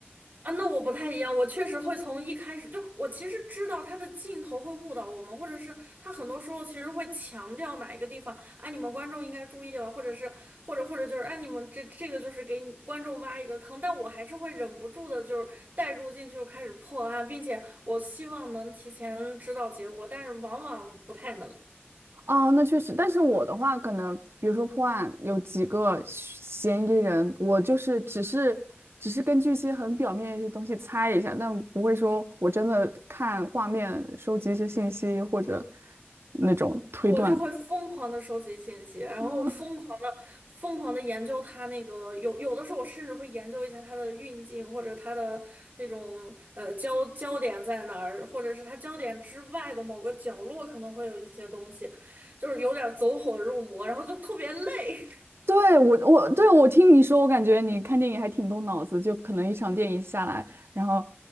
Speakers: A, on the right; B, on the right.
A: 啊，那我不太一样，我确实会从一开始就，我其实知道他的镜头会误导我们，或者是他很多时候其实会强调哪一个地方，啊，你们观众应该注意了，或者是或者或者就是，哎，你们这这个就是给你观众挖一个坑，但我还是会忍不住的，就是带入进去就开始破案，并且我希望能提前知道结果，但是往往不太能。
B: 哦，那确实，但是我的话，可能比如说破案有几个嫌疑人，我就是只是只是根据一些很表面的一些东西猜一下，但不会说我真的看画面收集一些信息或者那种推断。
A: 我就会疯狂的收集信息，然后疯狂的疯狂的研究它那个有有的时候我甚至会研究一下它的运镜或者它的那种呃焦焦点在哪儿，
B: 啊，
A: 或者是它焦点之外的某个角落可能会有一些东西，就是有点走火入魔，然后就特别累。
B: 对，我我对我听你说，我感觉你看电影还挺动脑子，就可能一场电影下来，然后